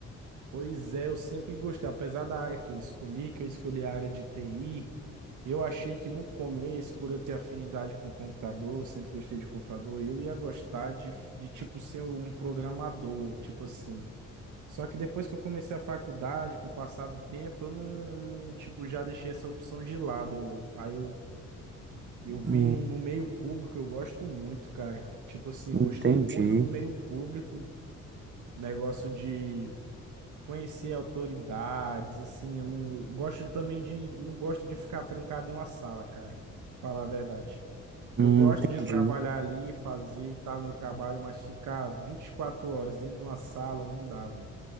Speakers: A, on the right; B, on the right.
A: Pois é, eu sempre gostei, apesar da área que eu escolhi, que eu escolhi a área de TI, eu achei que no começo, por eu ter afinidade com computador, eu sempre gostei de computador, eu ia gostar de, de tipo ser um programador, tipo assim. Só que depois que eu comecei a faculdade, com o passar do tempo, eu não, não, tipo já deixei essa opção de lado. Eu, aí eu, eu vi
B: Hum,
A: no, no meio público, eu gosto muito, cara. Tipo assim,
B: entendi.
A: eu gostei muito do meio público, negócio de Conhecer autoridades, assim, eu não eu gosto também de, não gosto de ficar trancado em uma sala, cara, de falar a verdade. Eu
B: Hum,
A: gosto
B: entendi.
A: de trabalhar ali, fazer e tal, meu trabalho, mas ficar 24 horas dentro de uma sala não dá, velho.